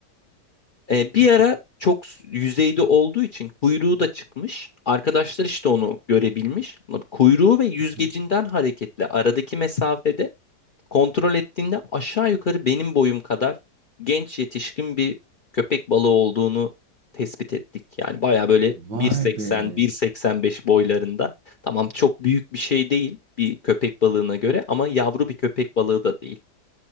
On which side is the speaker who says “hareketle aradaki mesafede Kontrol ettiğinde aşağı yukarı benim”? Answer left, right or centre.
Left